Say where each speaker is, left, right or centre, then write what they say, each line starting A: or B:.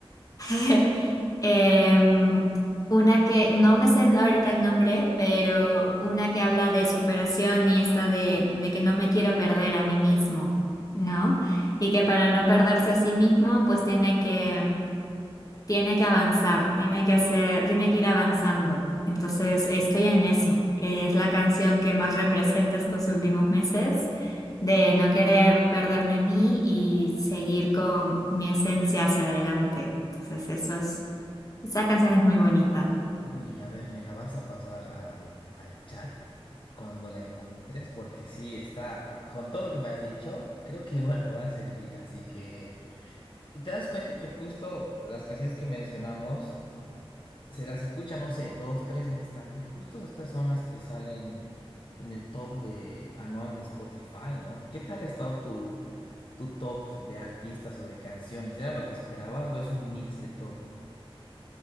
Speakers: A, on the left; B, on the left.
A: <laughs> Em, una que no me sé ahorita el nombre, pero una que habla de superación y esta de, de que no me quiero perder a mí mismo, ¿no? Y que para no perderse a sí mismo, pues tiene que tiene que avanzar, tiene que hacer, tiene que ir avanzando. Entonces, estoy en eso. Es la canción que más representa estos últimos meses, de no querer perderme a mí y seguir con mi esencia hacia adelante. Entonces, eso es, esa canción es muy bonita.
B: Uy, a ver, me la vas a pasar al, al chat cuando la encuentres, porque sí, está, con todo lo que me has dicho, creo que <laughs> igual me va a servir. Así que te das cuenta que justo las canciones que mencionamos se las escucha, no sé, dos, tres meses tanto. Y justo estas son las que salen en el top de anual de Spotify, ¿no? ¿Qué tal ha estado tu, tu top de artistas o de canciones? ¿Era lo que esperabas o es un mix de todo?